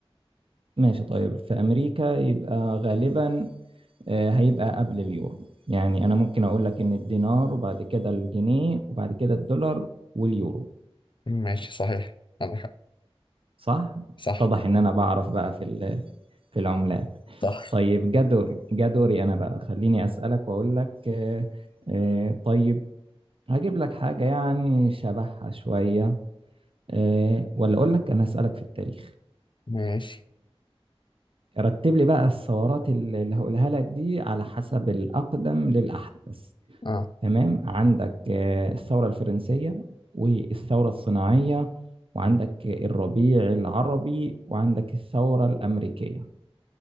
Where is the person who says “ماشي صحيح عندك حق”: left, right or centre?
Left